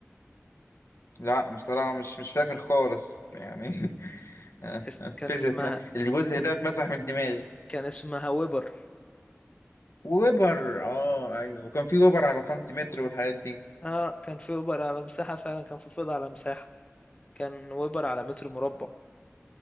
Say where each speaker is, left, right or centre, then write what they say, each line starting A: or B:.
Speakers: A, on the left; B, on the left.
A: لا بصراحة مش مش فاكر خالص يعني <laughs>
B: اس-
A: الفيزياء
B: كان اسمها
A: اتم- الجزء ده اتمسح من دماغي
B: كان اسمها ويبر
A: وويبر أه أيوه وكان في ويبر على سنتيمتر والحاجات دي
B: اه كان في ويبر على مساحة فعلا كان في فيض على مساحة كان ويبر على متر مربع